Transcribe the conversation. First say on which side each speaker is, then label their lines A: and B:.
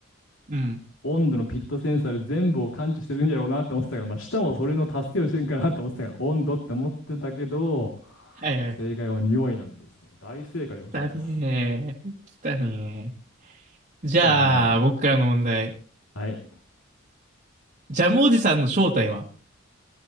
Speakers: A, on the right; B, on the left.
A: うん。
B: 温度のピットセンサーで全部を感知してるんやろうなって思ってたから、まあ、舌もそれの助けをしてんかなって思ってたから、温度って思ってたけど、
A: はいはい。
B: 正解は匂いなんですね。大正解でございます。
A: 来たねー。来たね
B: きたにゃ
A: ー。じゃあ、僕からの問題。
B: ー。はい。
A: ジャムおじさんの正体は